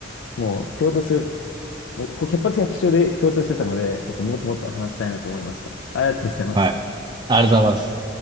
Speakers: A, on the left (about 70°); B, on the right (about 20°).
A: う。もう共通する、もう百発百中で共通してたので、なんかもっともっと話したいなと思いました。ありがとうございます。
B: はい。ありがとうございます。